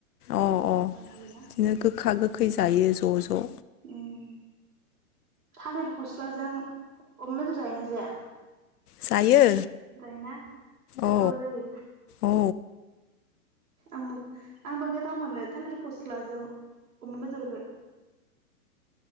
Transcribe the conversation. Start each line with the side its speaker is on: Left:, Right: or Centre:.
Left: अ अ
Right: मागियोना
Left: बिदिनो गोखा गोखा खै जायो ज' ज'
Right: उम थालिर फस्लाजों अमा बेदर जायोना जाया?
Left: जायो
Right: जायोना गोथाव
Left: औ
Right: जायो
Left: औ
Right: आंबो आंबो गोथाव मोनो थालिर फस्लाजों अमा बेदरखो।